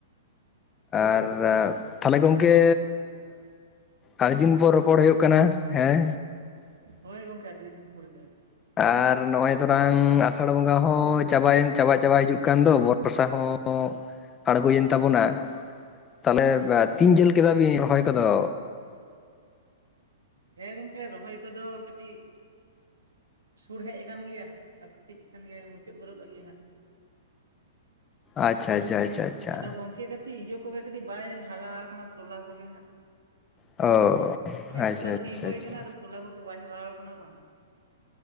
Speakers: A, on the left; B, on the right.
A: ᱟᱨ ᱛᱟᱦᱞᱮ ᱜᱚᱝᱠᱮ ᱟᱹᱰᱤ ᱫᱤᱱ ᱯᱚᱨ ᱨᱚᱯᱚᱲ ᱦᱩᱭᱩᱜ ᱠᱟᱱᱟ ᱦᱮᱸ᱾
B: ᱦᱳᱭ ᱜᱚᱝᱠᱮ ᱟᱹᱰᱤ ᱫᱤᱱ ᱯᱚᱨᱮ ᱜᱮ
A: ᱟᱨ ᱱᱚᱜ-ᱚᱭ ᱛᱚᱨᱟᱝ ᱟᱥᱟᱲ ᱵᱚᱸᱜᱟ ᱦᱚᱸ ᱪᱟᱵᱟᱭ ᱪᱟᱵᱟ ᱪᱟᱵᱟᱟᱭ ᱦᱤᱡᱩᱜ ᱠᱟᱱ ᱫᱚ ᱵᱚᱨᱥᱟ ᱦᱚᱸ ᱟᱬᱜᱚᱭᱮᱱ ᱛᱟᱵᱚᱱᱟ᱾ ᱛᱟᱦᱞᱮ
B: ᱦᱳᱭ
A: ᱛᱤᱱ
B: ᱜᱚᱝᱠᱮ
A: ᱡᱷᱟᱹᱞ ᱠᱮᱫᱟ
B: ᱮᱠᱫᱚᱢ
A: ᱵᱤᱱ ᱨᱚᱦᱚᱭ ᱠᱚᱫᱚ?
B: ᱦᱮᱸ ᱜᱚᱝᱠᱮ ᱨᱚᱦᱚᱭ ᱠᱚᱫᱚ ᱠᱟᱹᱴᱤᱡ ᱥᱩᱨ ᱦᱮᱡ ᱟᱠᱟᱱ ᱜᱮᱭᱟ ᱟᱨ ᱠᱟᱹᱴᱤᱡ ᱠᱷᱟᱱᱜᱮ ᱢᱩᱪᱟᱹᱫ ᱵᱚᱞᱚᱜ ᱞᱟᱹᱜᱤᱫ ᱦᱟᱸᱜ᱾ <inaudible>
A: ᱟᱪᱪᱷᱟ ᱟᱪᱪᱷᱟ ᱟᱪᱪᱷᱟ ᱟᱪᱪᱷᱟ᱾
B: ᱟᱫᱚ ᱜᱚᱝᱠᱮ ᱠᱟᱹᱴᱤᱡ ᱤᱭᱟᱹ ᱠᱚᱜᱮ ᱠᱟᱹᱴᱤᱡ ᱵᱟᱭ ᱦᱟᱨᱟ ᱟᱠᱟᱱᱟ ᱛᱚᱞᱟ ᱠᱚᱜᱮ ᱦᱟᱸᱜ᱾
A: ᱚᱻ
B: ᱠᱷᱮᱛ
A: ᱟᱪᱪᱷᱟ,
B: ᱠᱚᱫᱚ ᱥᱤ
A: ᱟᱪᱪᱷᱟ,
B: ᱦᱩᱭ
A: ᱟᱪᱪᱷᱟ᱾
B: ᱟᱠᱟᱱᱟ ᱟᱫᱚ ᱛᱚᱞᱟ ᱠᱚᱜᱮ ᱵᱟᱭ ᱦᱟᱨᱟᱣᱣ ᱠᱟᱱᱟ ᱵᱟᱝ?